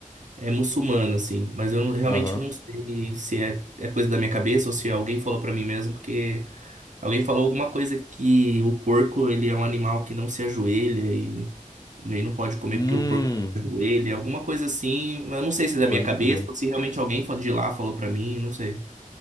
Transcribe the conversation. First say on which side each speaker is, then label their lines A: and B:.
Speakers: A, on the right; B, on the left.
A: é muçulmana, assim, mas eu não- realmente
B: aham.
A: não sei se é, é coisa da minha cabeça ou se alguém falou pra mim mesmo, porque alguém falou alguma coisa que o porco, ele é um animal que não se ajoelha e nem não pode comer
B: Hum,
A: porque o porco não se ajoelha, alguma coisa assim, mas eu não sei se é da
B: pode
A: minha cabeça
B: crer.
A: ou se realmente alguém fa- de lá falou pra mim, não sei.